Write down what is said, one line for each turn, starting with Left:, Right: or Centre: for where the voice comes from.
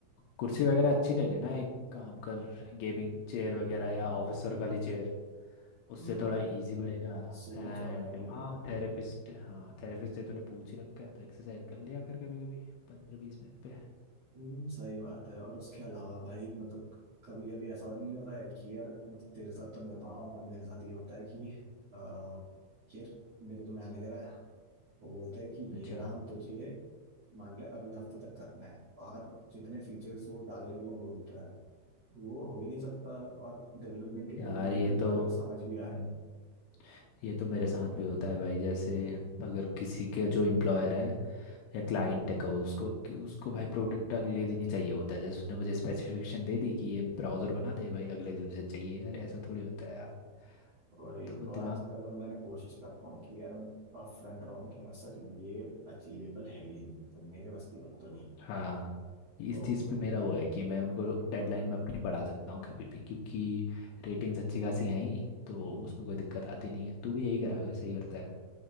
Left: कुर्सी वगैरह अच्छी ले लेना एक काम कर गेमिंग चेयर वगैरह या ऑफिसर वाली चेयर उससे
Right: हम्म,
Left: थोड़ा इजी पड़ेगा
Right: सोच
Left: एंड
Right: रहा हूँ यार लेकिन
Left: हाँ थेरेपिस्ट हाँ थेरेपिस्ट से तूने पूछ ही रखा है तो एक्सरसाइज कर लिया कर कभी कभी पंद्रह बीस मिनट पे
Right: हम्म, सही बात है और उसके अलावा भाई मतलब कभी कभी ऐसा नहीं होता है कि यार मतलब तेरे साथ तो नहीं होता मतलब मेरे साथ ये होता है कि आ, यार मेरे जो मैनेजर है वो बोलते हैं कि
Left: अच्छा
Right: ये काम तुझे मान ले अगले हफ्ते तक करना है और जितने फीचर्स वो डालने के लिए बोलता है वो हो ही नहीं सकता और डेवलपमेंट ही डेवलपमेंट
Left: यार ये
Right: तो एक
Left: तो
Right: बार के लिए
Left: बिल्कुल
Right: समझ भी आए
Left: हम्म, ये तो मेरे साथ भी होता है भाई जैसे अगर किसी के जो एम्प्लॉयर है या क्लाइंट है कहो उसको कि उसको भाई प्रोडक्ट अगले दिन ही चाहिए होता है जैसे उसने मुझे स्पेसिफिकेशन दे दी कि ये ब्राउज़र बना दे भाई अगले दिन से चाहिए यार ऐसा थोड़ी होता है यार
Right: वही
Left: मतलब वो
Right: तो
Left: दिमाग
Right: आजकल अब मैंने कोशिश करता हूँ कि यार मैं अपफ्रंट रहूँ कि यार सर ये अचीवेबल है ही नहीं तो मेरे बस की बात तो नहीं है।
Left: हाँ इस
Right: तो
Left: चीज़ पे मेरा वो है कि मैं उनको डेडलाइन में अपनी बढ़ा सकता हूँ कभी भी क्योंकि रेटिंग्स अच्छी खासी हैं ही तो
Right: हम्म।
Left: उसमें कोई दिक्कत आती नहीं है तू भी यही करा अगर सही करता है